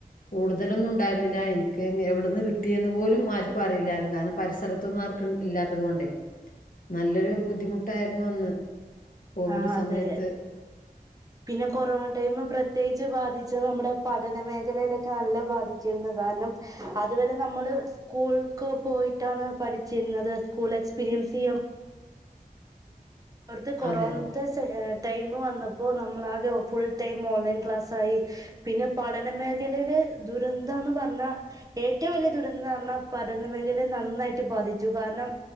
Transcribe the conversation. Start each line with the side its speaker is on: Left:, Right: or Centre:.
Left: കൂടുതലൊന്നുണ്ടായിരുന്നില്ല എനിക്ക് എവിടന്ന് കിട്ടിയെന്ന് പോലും ആർക്കും അറിയില്ലായിരുന്നു കാരണം പരിസരത്തൊന്നും ആർ ക്കും ഇല്ലാത്തത് കൊണ്ടേ നല്ലൊരു ബുദ്ധിമുട്ടായിരുന്നു അന്ന്. കോവിഡ്
Right: ആഹ്
Left: സമയത്ത്
Right: അതെ പിന്നെ കൊറോണ ടൈമ് പ്രത്യേകിച്ച് ബാധിച്ചത് നമ്മുടെ പഠനമേഖലയിലൊക്കെ നല്ല ബാധിച്ചിരുന്നു കാരണം അതുവരെ നമ്മള് സ്കൂൾക്ക് പോയിട്ടാണ് പഠിച്ചിരുന്നത് സ്കൂൾ എക്സ്പീരിയൻസെയ്യ ഓട്ത്ത കൊറോൺ
Left: അതെ
Right: ത്ത് സെഹെ ടൈമ് വന്നപ്പോ നമ്മളാകെ ഫുൾടൈം ഓൺലൈൻക്ലാസ്സായി പിന്നെ പഠനമേഖലയില് ദുരന്തംന്ന് പറഞ്ഞാ ഏറ്റവും വലിയ ദുരന്തന്നർഞ്ഞാ പഠനമേഖലയെ നന്നായിട്ട് ബാധിച്ചു കാരണം.